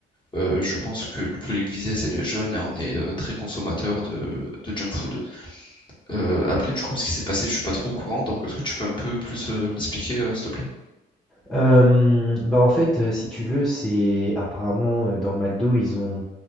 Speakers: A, on the left; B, in the centre.
A: euh, je pense que le public visé c'est les jeunes et on est euh, très consommateur de, de junk food. Euh, après du coup, ce qui s'est passé, je suis pas trop au courant, donc est-ce que tu peux un peu plus euh, m'expliquer, euh, s'il te plaît?
B: Hem, bah, en fait, heu, si tu veux, c'est apparemment, heu, dans le McDo, ils ont